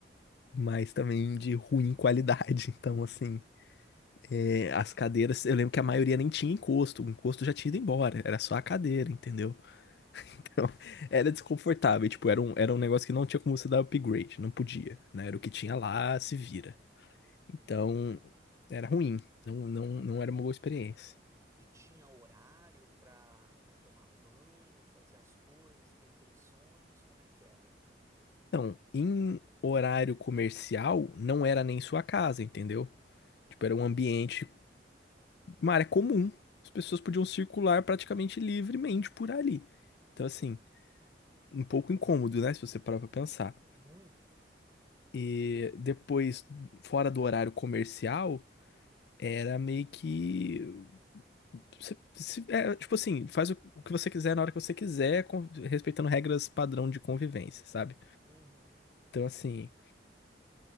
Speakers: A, on the left; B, on the right.
A: mas também de ruim qualidade. <laughs> Então, assim, é, as cadeiras, eu lembro que a maioria nem tinha encosto, o encosto já tinha ido embora, era só a cadeira, entendeu? <laughs> Então, era desconfortável, tipo, era um, era um negócio que não tinha como você dar upgrade, não podia, né? Era o que tinha lá, se vira. Então,
B: entende?
A: era ruim, não, não, não era uma boa experiência.
B: E tinha horário para para tomar banho, fazer as coisas, refeições, como é que era?
A: Então, em horário comercial, não era nem sua casa, entendeu? Tipo, era um ambiente uma área comum. As pessoas podiam circular praticamente livremente por ali. Então, assim, um pouco incômodo, né? Se você parar pra pensar.
B: Muito.
A: E depois, fora do horário comercial, era meio que. você- se- é, tipo assim, faz o o que você quiser na hora que você quiser, com- respeitando regras padrão de convivência, sabe?
B: Uhum.
A: Então, assim,